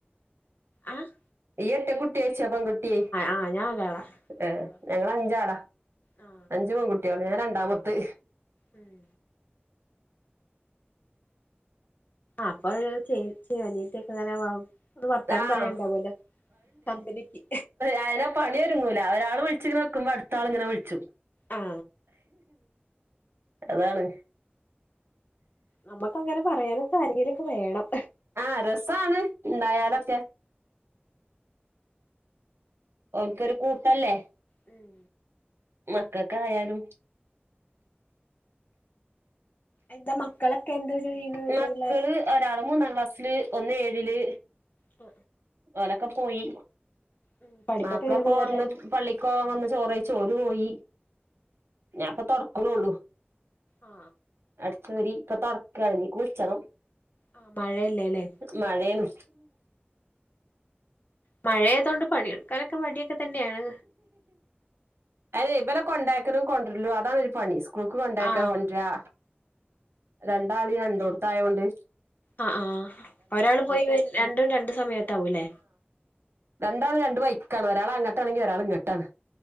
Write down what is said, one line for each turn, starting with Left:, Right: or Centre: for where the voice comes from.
Left: ആഹ്
Right: ഇയ്ഒറ്റകുട്ടി ഒയിച്ചാ പെൺ ട്ടി
Left: ആ ഞാൻ ഒരാളാ
Right: ഏ
Left: ഒരാളാ
Right: ഞങ്ങൾ അഞ്ചാളാ
Left: ആ
Right: അഞ്ച്പൺകുട്ടി കുട്ട്യാളിൽഞാൻ രണ്ടാമത്തെ
Left: ഉം അപ്പ ഒരു ചേച്ചി അനിയത്തിക്കെങ്ങനെ വാങ്ങും അത് വർത്താനം
Right: ആഹ്
Left: പറയുണ്ടാവല്ലോ കമ്പനിക്ക്
Right: ആയന പണിഒരുങ്ങൂല ഒരാൾ വിളിച്ചി ഇങ്ങനെ നിക്കുമ്പോ അടുത്ത ആള് ഇങ്ങനെ വിളിച്ചും
Left: ആ
Right: അതാണ്
Left: നമ്മക്ക് അങ്ങനെ പറയാനൊക്കെ ആരങ്കിലുംലൊക്കെ വേണം
Right: ആഹ് രസാണ് ഉണ്ടായാലൊക്കെ?
Left: ആ
Right: ഓല് കൊരുകൂട്ടല്ലേ?
Left: ഉം
Right: മക്കക്ക് ആയാലും
Left: എന്താ മക്കളൊക്കെ എന്താ ചെയ്യണ വല്യ
Right: മക്കള്
Left: പിള്ളേരാ
Right: ഒരാള് മൂന്നാം ക്ലാസ്സില് ഒന്ന് ഏഴില്
Left: ഇ
Right: ഓലൊക്കെ പോയി
Left: ഉം പഠിപ്പൊക്കെ
Right: മാപ്പിളപ്പ
Left: എങ്ങനെ പോണു
Right: വന്ന്
Left: അവരുടെ
Right: പള്ളിക്കോകൻ വന്ന് ചോറ്യച്ച്ഓല്‌പോയി ഞാനിപ്പ തൊടക്ക്‌ണൊള്ളു.
Left: ആ
Right: അടിച്ച്‌ ഓരി ഇപ്പൊ തൊടക്കാണ് ഇഞ്ഞി കുളിച്ചണം
Left: ആ മഴയല്ലേ അല്ലേ
Right: മഴേണ്
Left: മഴയതോണ്ട് പണിയെടുക്കാനൊക്കെ മടിയൊക്കെ തന്നെയാണ്
Right: അതെയ് ഇബലെ കൊണ്ടാക്കലും കൊണ്ടര്ലും അതാണൊര് പണി സ്കൂൾക്ക് കൊണ്ടാക്കാ
Left: ആ
Right: കൊണ്ടരാ രണ്ടാളും രണ്ടോട്ത്തായോണ്ട്
Left: ആഹ് ആഹ് ഒരാള് പോയി വെരും രണ്ടും രണ്ട് സമയത്താവുംല്ലെ
Right: രണ്ടാളും രണ്ട് വൈക്കാണ് ഒരാള് അങ്ങട്ടാണെങ്കി ഒരാള് ഇങ്ങട്ടാണ്.